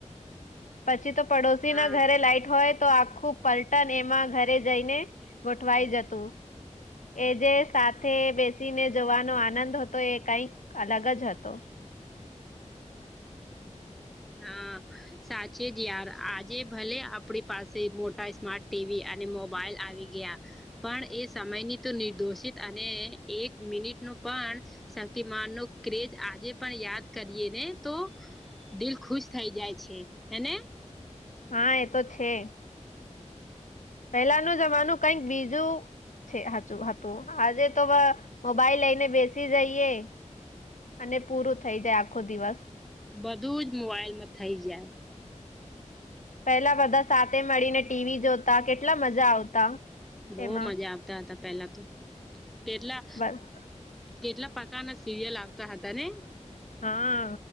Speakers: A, on the left (about 80°); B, in the centre.
A: પછી તો પડોશી
B: હા
A: ના ઘરે લાઈટ હોય. તો આખું પલટન એમાં ઘરે જઈને, ગોઠવાઈ જતું. એ જે સાથે બેસીને જોવાનો આનંદ હતો એ કંઈક અલગ જ હતો.
B: હા. સાચે જ યાર, આજે ભલે આપડી પાસે મોટા સ્માર્ટ ટીવી અને મોબાઈલ આવી ગયા, પણ એ સમયની તો નિર્દોષિત અને એક મિનિટ નું પણ. શક્તિમાન નો ક્રેજ, આજે પણ યાદ કરીએ ને તો, દિલ ખુશ થઈ જાય છે, હે ને.
A: હા એ તો છે. પહેલા નો જમાનું કઈક બીજું છે હજુ હતું આજે તો મોબાઈલ લઈને બેસી જઈએ. અને પૂરું થઈ જાય આખો દિવસ.
B: બધું જ મોબાઈલમાં થઈ જાય.
A: પેલા બધા સાથે મળીને, ટીવી જોતા કેટલા મજા આવતા.
B: બહુ
A: એમાં
B: મજા આવતા હતા પેલા તો, કેરલા
A: બસ. <unintelligible>
B: કેટલા પ્રકારના સિરિયલ આવતા હતા ને.
A: હા,